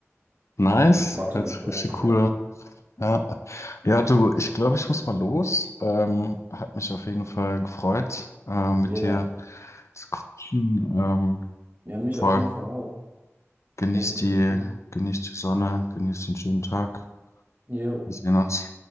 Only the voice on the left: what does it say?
Nice.
Hört
sich
richtig
cool
an. Ja, ja, du, ich glaube, ich muss mal los. Ähm, hat mich auf jeden Fall gefreut, äh, mit
dir zu quatschen. Ähm,
voll.
Genieß
die,
genieß die Sonne, genieß den schönen Tag.
Wir sehen uns.